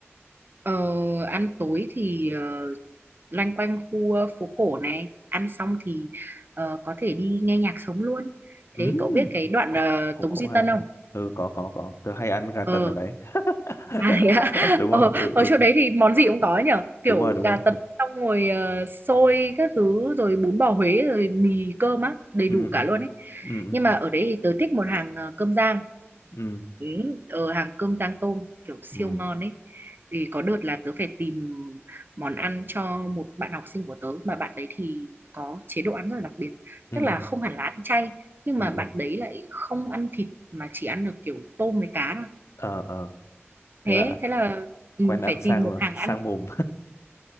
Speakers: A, on the right; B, on the left.
A: Ờ, ăn tối thì ờ, loanh quanh khu ờ, phố cổ này ăn xong thì ờ, có thể đi nghe nhạc sống luôn thế
B: ừm,
A: cậu biết cái đoạn
B: cũng
A: ờ, Tống
B: cũng cũng
A: Duy
B: hay
A: Tân không
B: ừ có có có tớ hay ăn gà
A: ờ
B: tần ở đấy <laughs>
A: <laughs> à, thế ạ.
B: đúng
A: ờ,
B: rồi ừ
A: ở
B: ừ
A: chỗ đấy thì món gì cũng có nhở kiểu
B: đúng rồi đúng
A: gà
B: rồi
A: tần xong rồi ờ, xôi các thứ rồi bún bò Huế rồi mì cơm á đầy
B: ừ
A: đủ cả
B: ừ
A: luôn ấy
B: ừ ừ
A: nhưng mà ở đấy thì tớ thích một hàng ờ, cơm rang
B: ừ
A: Ừ, ở hàng cơm rang tôm kiểu siêu
B: ừ
A: ngon ấy thì có đợt là tớ phải tìm món ăn cho một bạn học sinh của tớ mà bạn đấy thì có chế độ ăn rất là đặc biệt
B: ừ
A: tức là
B: ừ
A: không hẳn là ăn chay nhưng
B: ừ
A: mà bạn
B: ừ.
A: đấy lại không ăn thịt mà chỉ ăn được kiểu tôm với cá thôi
B: ờ ờ thế
A: thế
B: là
A: thế là ừ,
B: quen ăn
A: phải
B: sang
A: tìm một
B: rồi
A: hàng
B: sang
A: ăn
B: mồm